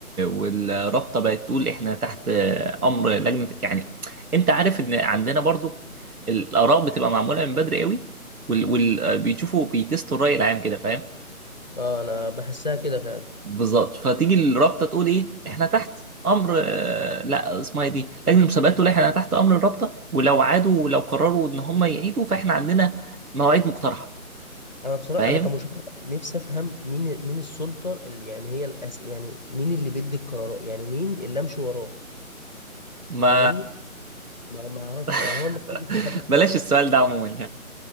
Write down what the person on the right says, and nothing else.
والرابطه بقت تقول احنا تحت امر لجنه يعني انت عارف ان عندنا برضو الاراء بتبقى معموله من بدري قوي وال... وال... بيشوفوا بيتستوا الراي العام كده فاهم
بالظبط فتيجي الرابطه تقول ايه احنا تحت امر آه، لا اسمها إيه دي لجنه المسابقات تقول احنا تحت امر الرابطه ولو عادوا ولو قرروا ان هم يعيدوا فاحنا عندنا مواعيد مقترحه
فاهم
ما
<laughs>
بلاش السؤال ده عموما